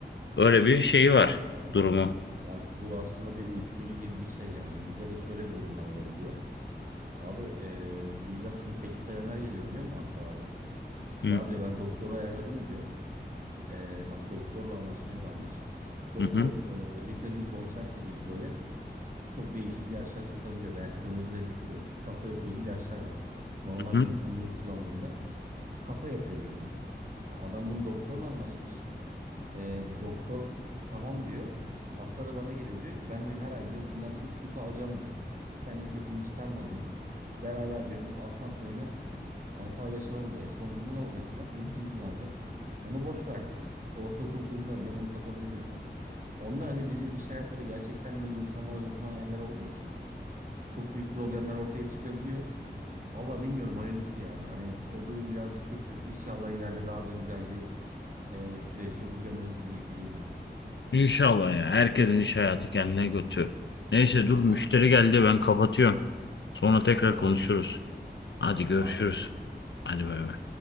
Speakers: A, on the left; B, on the right.
A: Öyle bir şeyi var
B: Kesinlikle abi.
A: durumu.
B: Ya bu aslında bir uyuşturucu gibi bir şey yani. Bizde de şöyle bir durumlar olabiliyor. Abi eee bizzat şunu teklif edenler geliyor biliyor musun hastalardan?
A: Hı,
B: Ya diyor ben doktoru ayarladım diyor. Ee, bak doktorla anlaşmaya varmış. Doktor
A: hı, hı,
B: e, Ritalin Concerta gibi böyle çok değişik ilaçlar satabiliyor veya kırmızı reçeteli kafa yapıcı ilaçlar var. Normal
A: hı.
B: bir insan bunu kullandığında kafa yapıyor bildiğin. Ya adam bunu doktorla anlaşmış. Ee, doktor tamam diyor. Hasta da bana geliyor diyor ki ben diyor her ay diyor bundan 3 kutu alacağım diyor. Sen de sesini çıkarma diyor. Beraber diyor bu aslan payını Hani paylaşalım diyor. E sonucunda ne olacak diyor. Bunu kim kullanacak? Onu boş ver diyor. Ortaokul çocuğuna bile bunu satabiliriz diyor. Ondan hani bizim iş hayatları gerçekten böyle insanlara dokunan yerler olduğu için çok büyük problemler ortaya çıkabiliyor. Valla bilmiyorum hayırlısı ya. Hani o durum birazcık kötü. İnşallah ileride daha da güzel bir e, sürece uyanırız diye bileyim ya.
A: İnşallah ya. Herkesin iş hayatı kendine götü. Neyse dur müşteri
B: Aynen öyle
A: geldi
B: abi.
A: ben kapatıyorum. Sonra tekrar
B: Tamam
A: konuşuruz.
B: abi.
A: Hadi
B: Tamam
A: görüşürüz.
B: hadi görüşürüz.
A: Hadi bay bay.